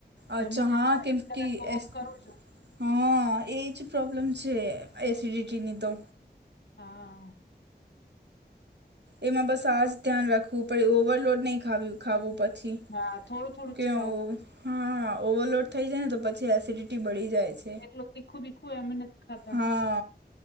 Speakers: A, on the right; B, on the left.
A: અચ્છા!
B: જમીને
A: હા
B: અડધી
A: કેમ,
B: કલાક
A: કે
B: તો વોક
A: એ
B: કરું છું
A: હા. એ જ પ્રોબ્લમ છે. એસિડિટીની તો.
B: હા અ.
A: એમાં બસ આજ ધ્યાન રાખવું પડે. ઓવરલોડ નહીં ખાવું. ખાવું પછી
B: હા થોડું થોડું
A: કેવું?
B: જ ખાવું
A: હા, ઓવરલોડ થઈ જાય ને તો પછી એસિડિટી બડી જાય છે.
B: એટલું તીખું- બીખું ય અમે નથ ખાતા.
A: હા